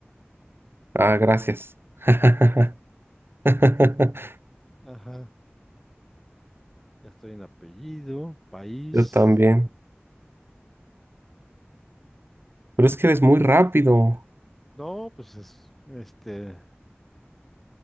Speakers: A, on the right; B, in the centre.
A: Ah, gracias. <laughs> <laughs>
B: Ajá, ya estoy en apellido, país.
A: Yo también. Pero es que eres muy rápido.
B: No, pues es, este,